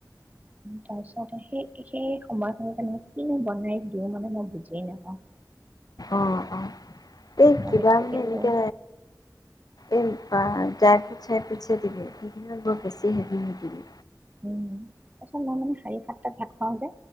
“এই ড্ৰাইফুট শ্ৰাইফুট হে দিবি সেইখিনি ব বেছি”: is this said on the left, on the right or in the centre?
Left